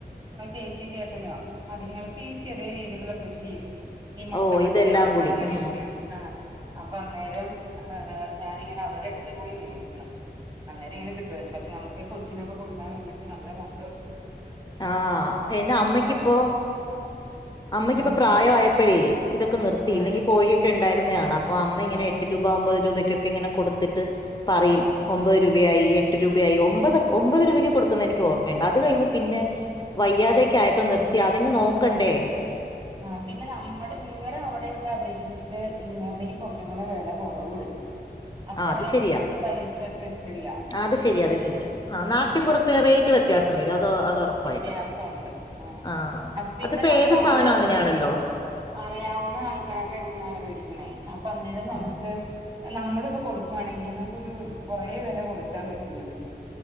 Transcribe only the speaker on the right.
അത് ചേച്ചീം ചേട്ടനുവാ അതിങ്ങൾക്ക് ഈ ചെറിയ രീതിയിലുള്ള കൃഷി ഈ മുൊട്ടക്കച്ചോടവും
അങ്ങനെയക്കയാ
ആഹ് അപ്പൊ അന്നേരം ഏന് ഞാനിങ്ങനെ അവര്ടെ അട്ത്ത് പോയി മേടിക്കണം. അന്നേരം ഇങ്ങനെ കിട്ടുവാരുന്നു പക്ഷെ നമുക്ക് കൊച്ചിനൊക്ക കൊടുക്കാൻ വേണ്ടിയിട്ട് നല്ല മൊട്ട കിട്ടൂല്ലോ
ആഹ്
ആഹ്
എന്തായാലും
ആഹ്
ആ പിന്നെ നമ്മുടെ നിങ്ങളുടെ അവിടെക്കെ അപേക്ഷിച്ചിട്ട് ഇങ്ങോട്ടേക്ക് കുറച്ചും കൂടെ വില കുറവ് വരും അത്രയും
പൈസ കിട്ടില്ല
ആഹ്
എനിക്ക്
തോന്നുന്നു
ആഹ്
വ്യത്യാസമുണ്ട് ആഹ്
അപ്പ പിന്നെ
നമ്മൾ
അറിയാവുന്ന
അറിയാവുന്ന ആൾക്കാരുടെ അടത്തുന്നാലേ മേടിക്കണേ അപ്പൊ അന്നേരം നമുക്ക്
നമ്മള് പ്പം കൊടുക്കുവാണെങ്കിൽ നമുക്ക് ഒരു കൊറേ വില കൊടുക്കാൻ പറ്റൂല ല്ലോ